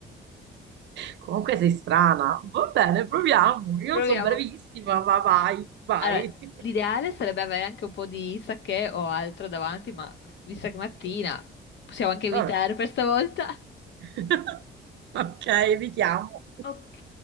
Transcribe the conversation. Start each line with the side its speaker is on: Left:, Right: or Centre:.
Right: comunque sei strana. Va bene, proviamo. Io
Left: Proviamo.
Right: non sono bravissima, ma vai, vai.
Left: Allora,
Right: <laughs>
Left: l'ideale sarebbe avere anche un po' di sake o altro davanti, ma vista che è mattina possiamo anche evitare
Right: Vabbè.
Left: per stavolta.
Right: <laughs> Ok, evitiamo.
Left: Ok,